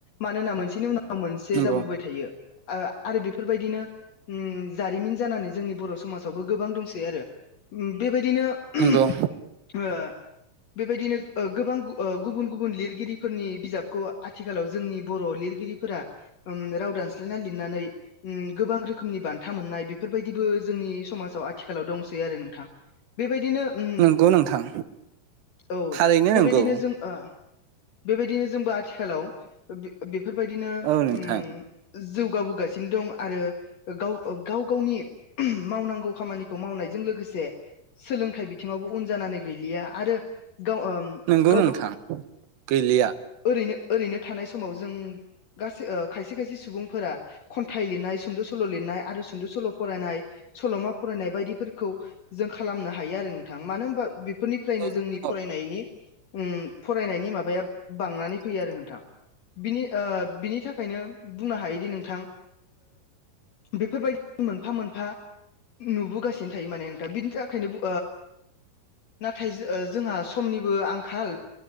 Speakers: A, on the left (about 50°); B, on the right (about 80°).
A: मानोना मोनसेनि उनाव मोनसे
B: नंगौ
A: जाबोबाय थायो आ आरो बेफोरबायदिनो जारिमिन जानानै जोंनि बर' समाजावबो गोबां दंसै आरो बेबायदिनो ओ
B: नंगौ नंगौ
A: बेबायदिनो ओ गोबां ओ गुबुन गुबुन लिरगिरिफोरनि बिजाब आथिखालाव जोंनि बर' लिरगिरिफोरा उम राव दानस स्लायना लिरनानै उम गोबां रोखोमनि बान था मोननाय बेफोरबायदिबो जोंनि समाजाव आथिखालाव दंसै आरो नोंथां बेबायदिनो उम
B: नंगौ नोंथां
A: औ
B: थारैनो
A: बेबायदिनो
B: नंगौ
A: जों आ बेबायदिनो जोंबो आथिखालाव बेफोरबायदिनो
B: औ नोंथां
A: उम जौगाबोगासिनो दं आरो गाव गाव गावनि मावनांगौ खामानिखौ मावनायजों लोगोसे सोलोंथाइ बि बिथिङावबो उन जानानै गैलिया आरो गाव
B: नंगौ
A: गावबा
B: नोंथां गैलिया
A: ओरैनो ओरैनो थानाय समाव जों गासै खायसे खायसे सुबुंफोरा खन्थाइ लिरनाय सुंद' सल' लिरनाय आरो सुंद' सल' फरायनाय सल'मा फरायनाय बायदिफोरखौ जों खालामनो हायो आरो नोंथां मानो होनबा फोरनिफ्रायनो
B: औ नोंथां
A: जोंनि फरायनायनि
B: औ
A: फरायनायनि माबाया बांनानै फैयो आरो नोंथां बिनि बिनि थाखायनो बुंनो हायोदि नोंथां बेफोरबायदि मोनफा मोनफा नुबोगासिनो थायो माने नोंथां बिनि थाखायनो नाथाय जोंहा समनिबो आंखाल